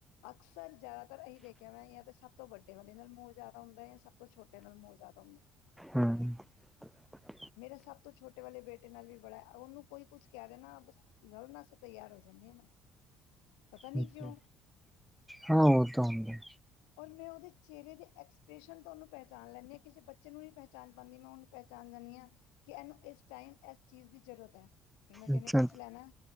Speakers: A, on the left (about 85°); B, in the centre.
A: ਅਕਸਰ ਜ਼ਿਆਦਾਤਰ ਅਸੀ ਦੇਖਿਆ ਮੈਂ ਜਾਂ ਤੇ ਸਭ ਤੋਂ ਵੱਡੇ ਵਾਲੇ ਨਾਲ ਮੋਹ ਜ਼ਿਆਦਾ ਹੁੰਦਾ ਸਭ ਤੋਂ ਛੋਟੇ ਛੋਟੇ ਨਾਲ ਮੋਹ ਜਿਆਦਾ ਹੁੰਦਾ।
B: ਹਮ। <inaudible>
A: ਮੇਰਾ ਸਭ ਤੋਂ ਛੋਟੇ ਵਾਲੇ ਬੇਟੇ ਨਾਲ ਵੀ ਬੜਾ ਉਹਨੂੰ ਕੋਈ ਕੁਛ ਕਹਿ ਦੇਣਾ ਬਸ ਲੜਨਾ ਸ ਤਿਆਰ ਹੋ ਜਾਂਦਾ ਮੈਂ। ਪਤਾ ਨੀ
B: ਹਾਂ
A: ਕਿਉਂ
B: ਹਾਂ ਉਹ ਤੇ ਹੁੰਦਾ।
A: ਔਰ ਮੈਂ ਉਹਦੇ ਚਿਹਰੇ ਦੇ ਐਕਸਪ੍ਰੈਸ਼ਨ ਤੋਂ ਉਹਨੂੰ ਪਹਿਚਾਣ ਲੈਂਦੀ ਹਾਂ ਕਿਸੇ ਬੱਚੇ ਨੂੰ ਨਹੀਂ ਪਹਿਚਾਣ ਪਾਉਦੀ। ਮੈਂ ਉਹਨੂੰ ਪਹਿਚਾਣ ਜਾਂਦੀ ਹਾਂ ਕਿ ਇਹਨੂੰ ਇਸ ਟਾਈਮ ਇਸ ਚੀਜ ਦੀ ਜ਼ਰੂਰਤ ਐ। ਫਿਰ ਮੈਂ ਕਹਿਣੀ
B: ਅੱਛਾ
A: ਕੁਛ ਲੈਣਾ,